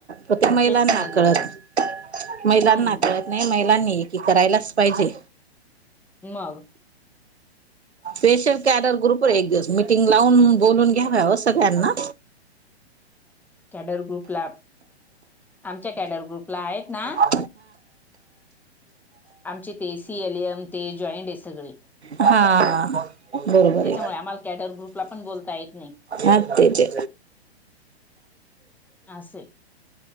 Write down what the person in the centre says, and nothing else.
तेच समजलेलं
आहे
हम्म
मग
कॅडर ग्रुपला आमच्या कॅडर ग्रुपला आहेत ना,
आमचे ते सीएलएम ते जॉईंट आहे सगळे
त्याच्यामुळे
आम्हाला कॅडर ग्रुपला पण बोलता येत नाही
असे